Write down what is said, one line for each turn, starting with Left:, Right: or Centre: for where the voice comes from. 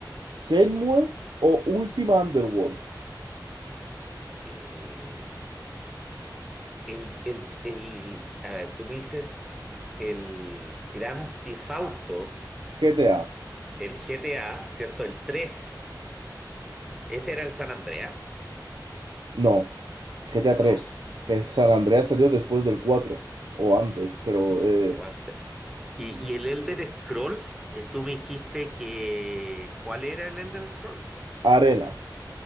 Right: Shenmue o Ultima Underworld.
Centre: Eh, el, el, el, a ver, tú me dices el Gran Tifauto,
Right: GTA.
Centre: el GTA, ¿cierto? El tres ¿Ese era el San Andreas?
Right: No, GTA tres
Centre: ¿no?
Right: que San Andreas salió después del 4 o antes, pero eh,
Centre: O antes. Y, y el Elder Scrolls, eh, tú me dijiste que... ¿Cuál era el Elder Scrolls?
Right: Arena.